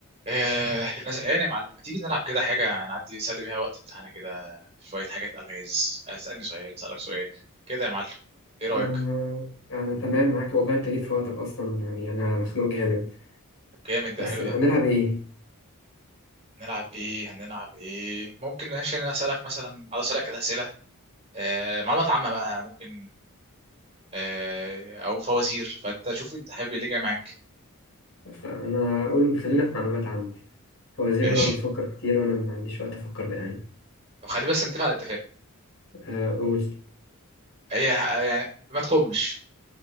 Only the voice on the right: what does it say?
آه، انا زهقان يا معلم ما تيجي نلعب كده حاجه نعدي نسلي بيها وقت بتاعنا كده شويه حاجات الغاز اسالني سؤال اسالك سؤال كده يا معلم ايه رايك
طب جامد ده
حلو
ده
نلعب ايه هنلعب ايه ممكن ماشي انا اسالك مثلا عايز اسالك اسئله آه، معلومات عامه بقى ممكن آه، او فوازير فانت شوف انت حابب ايه اللي جاي معاك
ماشي
طب خلي بس نتفق على اتفاق
هي يعني ما تقومش